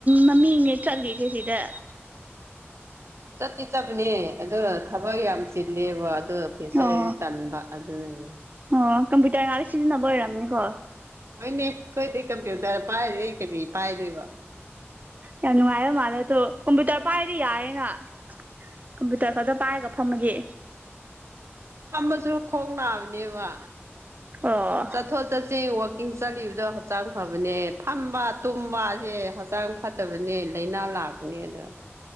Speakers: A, on the right; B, on the right.
A: ꯃꯃꯤꯡ ꯆꯠ ꯂꯤꯗꯦꯁꯤꯗ
B: ꯆ ꯊ ꯆꯕꯅꯦ ꯑ ꯊꯕꯛ ꯌꯥꯝ ꯆꯤꯂꯦꯕ ꯑꯗꯨ ꯐ꯭ꯌꯨꯆꯔꯗꯤ
A: ꯑꯣ
B: ꯇꯟꯕ ꯑꯗꯨꯅꯅꯦ
A: ꯑꯣ ꯀꯝꯄ꯭ꯌꯨꯇꯔ ꯉꯂ ꯁꯤꯖꯤꯟꯅꯕ ꯑꯣꯏꯔꯝꯅꯤꯀꯣ
B: ꯍꯅꯦ ꯀꯣꯏꯀꯝ ꯊ ꯇ ꯄꯥꯏ ꯀ ꯄꯥꯏꯗꯨ ꯋꯥ
A: ꯌꯥꯝ ꯅꯨꯡꯉꯥꯏꯕ ꯃꯥꯜꯂꯦ ꯑꯗꯣ ꯀꯝꯄ꯭ꯌꯨꯇꯔ ꯄꯥꯏꯔꯗꯤ ꯌꯥꯔꯦꯅ ꯀꯝꯄ꯭ꯌꯨꯇꯔ ꯈꯛꯇ ꯄꯥꯏꯔꯒ ꯐꯝꯃꯒꯦ
B: ꯊꯝꯕꯁꯨ ꯈꯣꯡ ꯅꯥꯕꯅꯦꯕ
A: ꯑꯣ
B: ꯆꯠꯊꯣ ꯆꯁꯦ ꯋꯥꯣꯀꯤꯡ ꯆꯂꯤꯗ ꯍꯛꯆꯥꯡ ꯐꯕꯅꯦ ꯐꯝꯕ ꯇꯨꯝꯕꯁꯦ ꯍꯛꯆꯥꯡ ꯐꯠꯇꯕꯅꯦ ꯂꯥꯏꯅꯥ ꯂꯥꯛꯄꯅꯦ ꯑꯣ